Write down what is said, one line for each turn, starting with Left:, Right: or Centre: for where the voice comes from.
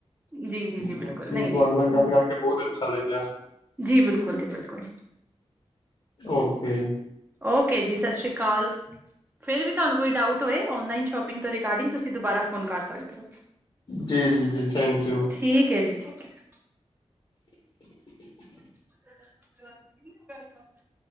Right: ਜੀ ਜੀ ਜੀ ਬਿਲਕੁਲ
Left: ਬਾਕੀ
Right: ਨਹੀਂ
Left: ਤੁਹਾਡੇ
Right: ਨਹੀਂ
Left: ਨਾਲ ਗੱਲ ਕਰਕੇ ਬੋਤ ਅੱਛਾ ਲੱਗਿਆ।
Right: ਜੀ ਬਿਲਕੁਲ ਜੀ-ਬਿਲਕੁਲ
Left: ਓਕੇ
Right: ਓਕੇ ਜੀ ਸਤਿ ਸ੍ਰੀ ਅਕਾਲ। ਫਿਰ ਵੀ ਤੁਹਾਨੂੰ ਕੋਈ ਡਾਊਟ ਹੋਵੇ ਓਨਲਾਈਨ ਸ਼ੋਪਿੰਗ ਰਿਗਾਰਡਿੰਗ ਤੁਸੀਂ ਦੁਬਾਰਾ ਫੋਨ ਕਰ ਸਕਦੇ ਹੋ।
Left: ਜੀ-ਜੀ-ਜੀ ਥੈਂਕ ਯੂ।
Right: ਠੀਕ ਐ ਜੀ ਠੀਕ ਐ।
Left: <inaudible>
Right: <inaudible>